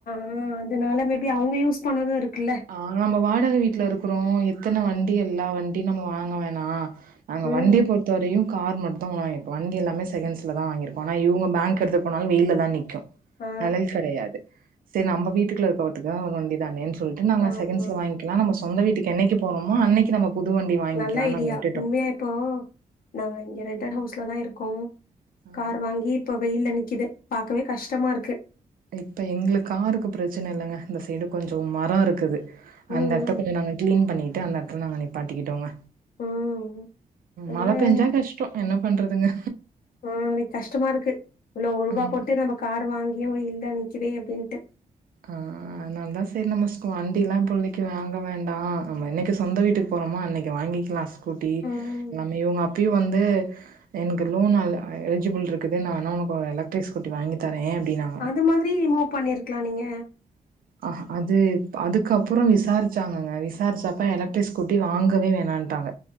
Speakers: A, on the left; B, on the right.
A: ஆ அதனால மேபி அவங்க யூஸ் பண்ணதும் இருக்குல்ல
B: ஆ நம்ம வாடகை வீட்டுல இருக்கறோம் எத்தன வண்டி எல்லா வண்டி நம்ம வாங்க வேணா அங்க
A: ம்
B: வண்டிய பொறுத்த வரையு கார் மட்டுதா வாங்கிருக்கோ வண்டி எல்லாமே செகண்ட்ல தா வாங்கிருக்கோ ஆனா இவங்க பேங்க் எடுத்து போனாலு வெயில தா நிக்கு
A: ஆ
B: நெழல் கெடையாது செரி நம்ம வீட்டுக்குள்ள இருக்கவத்துக்தான ஒரு வண்டி தானே நாங்க
A: ஆமா
B: செகண்ட்ஸ்ல வாங்கிக்கலா நம்ம சொந்த வீட்டுக்கு என்னைக்கு போறோமோ அன்னைக்கு நம் புதுவண்டி வாங்கிக்கலானு
A: நல்ல ஐடியா
B: நாங்க விட்டுட்டோம்
A: உண்மையா இப்போ நாங்க இங்க ரெண்டடு ஹவுஸ்லதா இருக்கோ
B: ஆ
A: கார் வாங்கி இப்போ வெயில் நிக்குது பாக்கவே கஷ்டமா இருக்கு
B: இப்போ எங்களுக்கு காருக்கு பிரச்சனை இல்லைங்க இந்த சைடு கொஞ்சு மரோ இருக்குது
A: ம்
B: அந்த எடத்த
A: ம்
B: கொஞ்சு நாங்க கிளீன் பண்ணிட்டு அந்த எடத்துல நாங்க நீப்பாட்டிக்கிட்டோங்க
A: ம் அது
B: மழ பெஞ்சா கஷ்டோ என்ன பண்றதுங்க
A: ஆ னக்கு கஷ்டமா இருக்கு இவ்வளா ரூபா
B: ம்.
A: போட்டு நம்ம கார் வாங்கியு வெயில்லே நிக்குது அப்படின்ட்டு
B: ஆ அதனால தா செரி நம்ம ஸ்கூ வண்டியெலா இப்போதைக்கு வாங்க வேண்டா நம்ம என்னைக்கு சொந்த வீட்டுக்கு போறோமோ அன்னைக்கு வாங்கிக்கலா ஸ் ஸ்கூட்டி
A: ம்
B: எல்லாமே இவங்க அப்பயு வந்து எனக்கு லோன் அல் எலஜிபுள் இருக்குது நா வேணா உனக்கு ஒரு எலக்டிரிக் ஸ்கூட்டி வாங்கி தரே அப்படின்னா
A: அது மாதிரி மூவ் பண்ணிருக்கலா நீங்க
B: ஆ ஆ அது அதுக்கப்றோ விசாரிச்சாங்கங்க விசாரிச்சாப்ப எலக்ட்ரிக் ஸ்கூட்டி வாங்கவே வேணா டாங்க